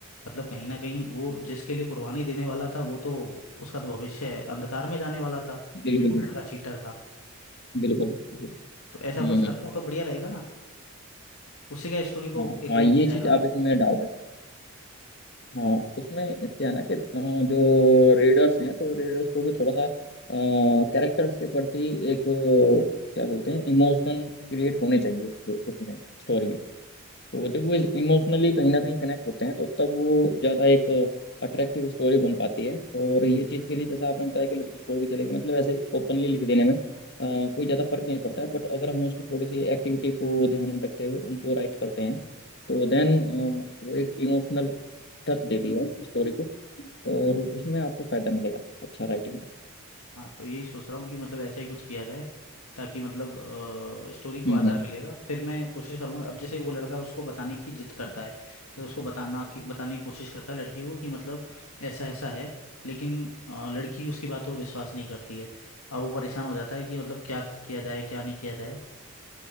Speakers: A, on the left; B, on the left.
A: मतलब कहीं ना कहीं वो
B: हम्म,
A: जिसके लिए कुर्बानी देने वाला था वो तो उसका तो भविष्य अंधकार में जाने वाला था क्योंकि
B: बिल्कुल
A: वो
B: बिल्कुल
A: लड़का चीटर था
B: बिल्कुल बिल्कुल
A: तो ऐसा
B: हम्म
A: कुछ
B: हम्म,
A: रखूँ
B: हम्म,
A: तो बढ़िया रहेगा ना उससे क्या स्टोरी को
B: हाँ
A: एक
B: हाँ
A: वो
B: ये
A: मिल जाएगा
B: चीज आप इसमें डाल सकते हैं। हाँ उसमें क्या है ना कि अ, जो रीडर्स हैं तो रीडर्स को भी थोड़ा सा कैरेक्टर्स के प्रति एक अ, क्या बोलते हैं इमोशन क्रिएट होने चाहिए तो उसमें स्टोरी में तो जब वो इमोशनली कहीं ना कहीं कनेक्ट होते हैं तो तब वो ज्यादा एक अट्रैक्टिव स्टोरी बन पाती है और ये चीज के लिए जैसा आपने बताया कि लड़की छोड़ के चले गई मतलब ऐसे ओपनली लिख देने में अ, कोई ज्यादा फर्क नहीं पड़ता है बट अगर हम उसकी थोड़ी सी एक्टिविटी को ध्यान में रखते हुए उनको राइट करते हैं तो देन वो एक इमोशनल टच देती है स्टोरी को और उसमें आपको फायदा मिलेगा अच्छा राइटिंग का
A: हाँ तो यही सोच रहा हूँ कि मतलब ऐसा ही कुछ किया जाए ताकि मतलब स्टोरी को
B: हम्म
A: आधार मिलेगा फिर मैं कोशिश करूंगा अब जैसे वो लड़का उसको बताने की जिद करता है मतलब उसको बताना की बताने की कोशिश करता है लड़की को कि मतलब ऐसा ऐसा है लेकिन अ, लड़की उसकी बातों पर विश्वास नहीं करती है अब वो परेशान हो जाता है कि मतलब क्या किया जाए क्या नहीं किया जाए